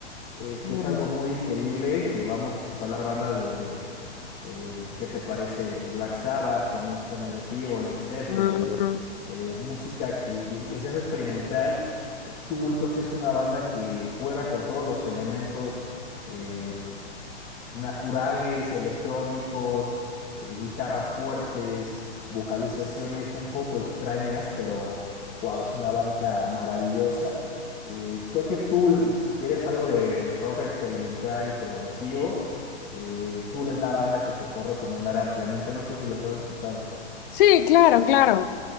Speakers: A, on the left (about 20°); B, on the left (about 50°).
A: eh,
B: Mm,
A: que es algo muy digerible, que vamos a hablar bandas desde, eh, ¿qué te parece? Black Sabbath, que no es tan agresivo, Led Zeppelin,
B: mm, mm.
A: eh, música que di- decías experimental. eh, Tool creo que es una banda que juega con todos los elementos eh, naturales, electrónicos, eh, guitarras fuertes, vocalizaciones un poco extrañas, pero wow, es una banda maravillosa. Eh, creo que Tool, si quieres algo de rock experimental y progresivo, eh, Tool es la banda que te puedo recomendar ampliamente. No sé si los has escuchado.
B: Sí, claro, claro.